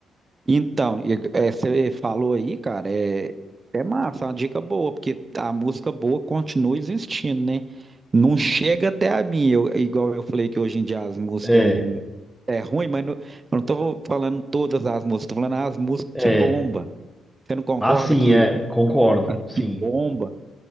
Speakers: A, on the right (about 30°); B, in the centre.
A: Então, e- é, você falou aí, cara, é, é massa, é uma dica boa, porque a música boa continua existindo, né? Não chega até a mim, eu- igual eu falei que hoje em dia as músicas
B: É,
A: eu não, é ruim, mas não, eu não tô falando todas as músicas, tô falando as músicas
B: é.
A: que bomba. Você não concorda
B: Ah, sim,
A: que,
B: é, concordo. Sim,
A: que bomba?